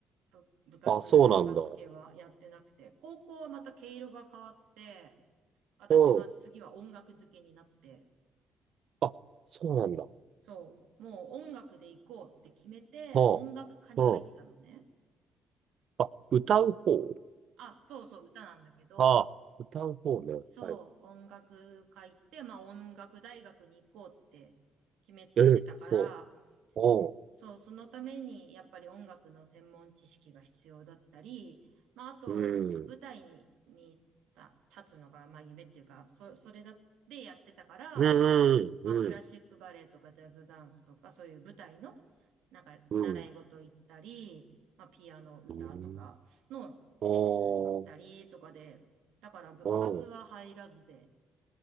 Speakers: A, on the right (about 75°); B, on the right (about 60°).
A: 部、部活、
B: あ、そうなんだ。
A: バスケはやってなくて、高校はまた毛色が変わって、私は次は音楽漬けになって、
B: うん。あ、そうなんだ。
A: そう、もう音楽で行こうって決めて、
B: う
A: 音楽科に入ったのね。
B: ん。うん。あ、歌う方
A: あ、そうそう、歌なんだけど、
B: ああ、歌う方ね。
A: そう、
B: はい。
A: 音楽会行って、まあ音楽大学に行こうって決めてたから、
B: ええ、そう。おう。
A: そう、そのためにやっぱり音楽の専門知識が必要だったり、まああと舞台に、
B: うん。
A: にた立つのがまあ夢っていうか、そ、それだでやってたから、
B: うん、
A: まあクラシックバレエとかジャズダンスとかそういう舞台のなんか習い事行ったり、
B: うん、うん、うん。
A: まあピアノ歌とかのレッスン行ったりとかで、
B: うんおー、
A: だから部活は入らずで、
B: うん。